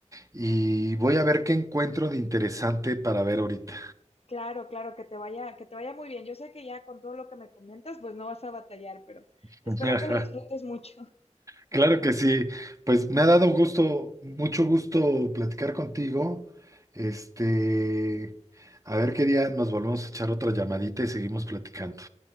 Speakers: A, on the right; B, on the left.
A: y voy a ver qué encuentro de interesante para ver ahorita.
B: Claro, claro, que te vaya, que te vaya muy bien. Yo sé que ya con todo lo que me comentas, pues no vas a batallar, pero espero
A: <laughs> Ajá,
B: que lo disfrutes mucho.
A: Claro que sí. Pues me ha dado gusto, mucho gusto platicar contigo. Este, a ver qué día nos volvemos a echar otra llamadita y seguimos platicando.